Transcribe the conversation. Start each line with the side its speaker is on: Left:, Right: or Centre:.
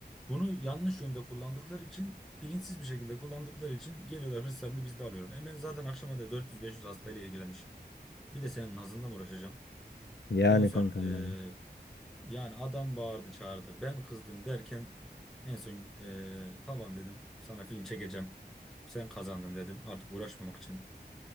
Centre: bunu yanlış yönde kullandıkları için bilinçsiz bir şekilde kullandıkları için geliyorlar hırslarını bizde alıyorlar. E ben zaten akşama da 400-500 hastayla ilgilenmişim. Bir de senin nazınla mı uğraşacağım?
Left: Yani
Centre: En son
Left: kankam
Centre: eee,
Left: ben.
Centre: yani adam bağırdı çağırdı. Ben kızdım derken en son eee, tamam dedim. Sana film çekeceğim. Sen kazandın dedim. Artık uğraşmamak için.